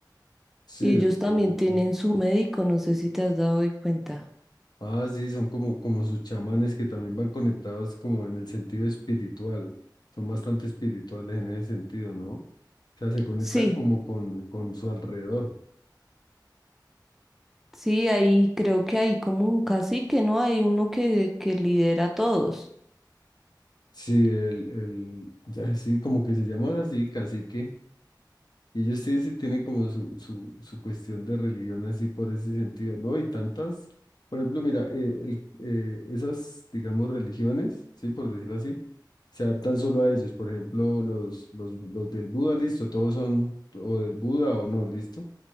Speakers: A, on the left; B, in the centre.
A: Sí,
B: Y
A: después,
B: ellos también tienen
A: ¿no?
B: su médico, no sé si te has dado de cuenta.
A: Ah, sí, son como, como sus chamanes que también van conectados como en el sentido espiritual. Son bastante espirituales en ese sentido, ¿no? O sea, se conectan
B: Sí,
A: como con, con su alrededor.
B: sí, ahí creo que hay como un cacique, ¿no? Hay uno que, que lidera a todos.
A: Sí, el, el, ya sí, como que se llaman así, cacique. Y ellos sí, sí tienen como su, su, su cuestión de religión así por ese sentido, ¿no? Y tantas, por ejemplo, mira, eh, el- eh, esas, digamos, religiones, sí, por decirlo así, se adaptan solo a ellos. Por ejemplo, los, los, los del Buda, listo, todos son o del Buda o no, listo.